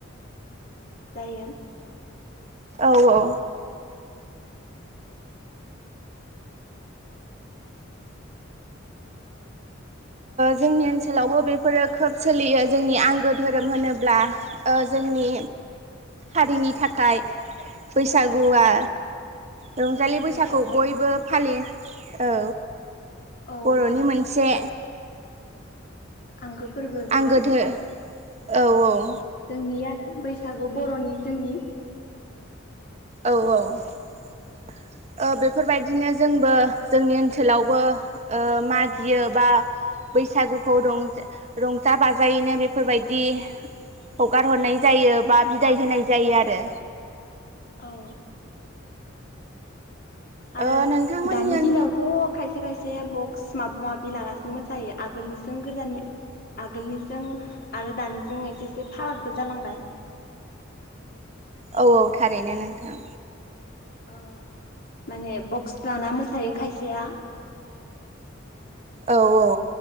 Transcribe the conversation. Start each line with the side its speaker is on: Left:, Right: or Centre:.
Left: दाएम
Right: औ औ। जोंनि ओनसोलावबो बेफोरो खोब सोलियो जोंनि आंगो धोरोम होनोब्ला जोंनि हारिनि थाखाय। बैसागुआ।
Left: औ
Right: रंजालि बैसागु
Left: बैसागुआनो
Right: बयबो फालि औ
Left: औ
Right: बर'नि मोनसे
Left: आंगो फोरबो बेनो
Right: आंगो धो औ औ
Left: जोंनिया बैसागु बर'नि जोंनि
Right: औ औ बेफोरबायदिनो जोंबो जोंनि ओनसोलावबो मागियो बा बैसागुखौजा रंजा बाजायैनो बेफोरबायदि हगार हरनाय जायो बा बिदाय होनाय जायो आरो
Left: औ आरो
Right: ओ नोंथांमोननि
Left: दानि
Right: ओन
Left: दिनावथ' खायसे खायसे सखायसे बक्स माबा माबि लानासो मोसायो आगोलनिजों गोजान आगोलनिजों आरो दानिजों एसे एसे फारागबो जालांबाय
Right: औ औ थारैनो नोंथां
Left: औ माने बक्स बाना मोसायो खायसेया
Right: औ औ